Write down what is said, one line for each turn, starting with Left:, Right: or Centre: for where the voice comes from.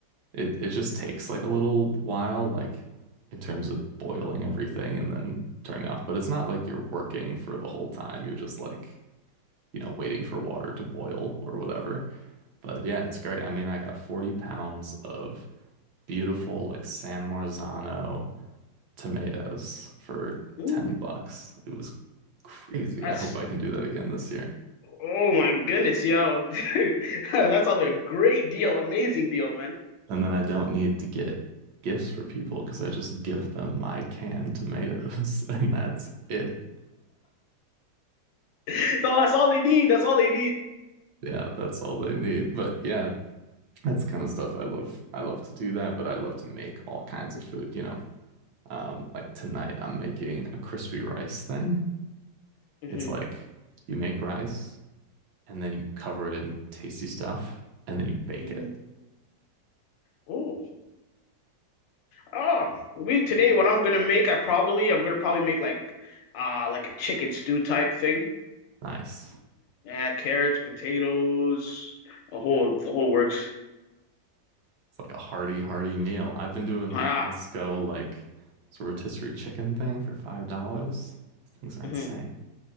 Right: it it just takes like a little while, like in terms of boiling everything and then turning off. But it's not like you're working for the whole time. You're just like, you know, waiting for water to boil or whatever. But yeah, it's great. I mean, I got 40 pounds of beautiful like San Marzano tomatoes for
Left: Mm,
Right: 10 bucks. It was crazy.
Left: that's,
Right: I hope I can do that again this year.
Left: oh my goodness, yo. <laughs> That sounds like a great deal, amazing deal, man.
Right: And then I don't need to get gifts for people because I just give them my canned tomatoes <laughs> and that's it.
Left: <laughs> So that's all they need. That's all they need.
Right: Yeah, that's all they need. But yeah, that's kind of stuff I love. I love to do that, but I love to make all kinds of food, you know. Um, like tonight I'm making a crispy rice thing.
Left: hmm
Right: It's like you make rice and then you cover it in tasty stuff and then you bake
Left: hmm
Right: it.
Left: Oh. Oh, we today, what I'm gonna make, I probably I'm gonna probably make like uh like a chicken stew type thing.
Right: Nice.
Left: Yeah, carrots, potatoes, the whole the whole works.
Right: It's like a hearty, hearty meal. I've been doing the
Left: Ah,
Right: Costco like it's a rotisserie chicken thing for five dollars. Things are
Left: mhm.
Right: insane.